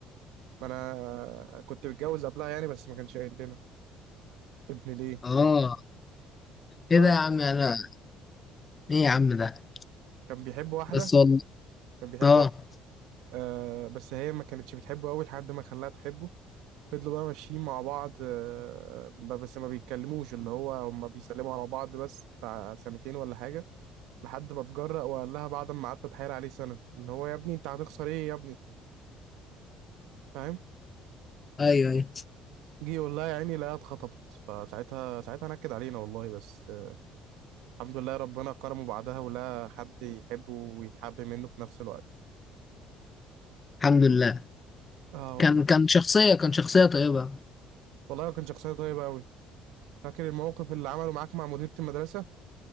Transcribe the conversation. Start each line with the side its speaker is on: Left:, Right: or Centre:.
Right: ما انا كنت متجوز قبلها يعني بس ما كانش قايل لنا ابن ليه
Left: اه ايه
Right: اه
Left: ده يا عم انا ايه يا عم ده
Right: كان بيحب واحده
Left: بس والله
Right: كان بيحب
Left: اه
Right: واحده آه بس هي ما كانتش بتحبه قوي لحد ما خلاها تحبه فضلوا بقى ماشيين مع بعض آه، بس ما بيتكلموش اللي هو هما بيسلموا على بعض بس بتاع سنتين ولا حاجة لحد ما اتجرأ وقال لها بعد ما قعدت اتحايل عليه سنة اللي هو يا ابني انت هتخسر ايه يا ابني فاهم
Left: ايوه ايوه
Right: جه يقول لها يا عيني لا اتخطبت فساعتها ساعتها نكد علينا والله بس آه، الحمد لله ربنا كرمه بعدها ولا حد يحبه ويتحب منه في نفس الوقت
Left: الحمد لله
Right: اه
Left: كان
Right: والله
Left: كان شخصيه كان شخصيه طيبه
Right: والله كان شخصية طيبة قوي فاكر الموقف اللي عمله معاك مع مديرة المدرسة